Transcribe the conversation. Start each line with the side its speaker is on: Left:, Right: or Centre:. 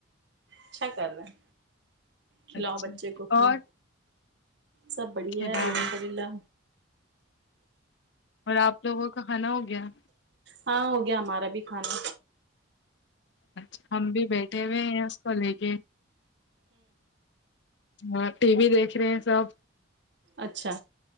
Right: اچھا کر رہے کھلاؤ
Left: اچھا
Right: بچے کو اپنے
Left: اور
Right: سب بڑھیا
Left: کھیلا
Right: ہے الحمدللہ
Left: رہے ہیں۔ اور آپ لوگوں کا کھانا ہوگیا
Right: ہاں ہوگیا ہمارا بھی کھانا
Left: اچھا ہم بھی بیٹھے ہوئے ہیں اس کو لے کے ہاں ٹی وی دیکھ رہے ہیں سب
Right: اچھا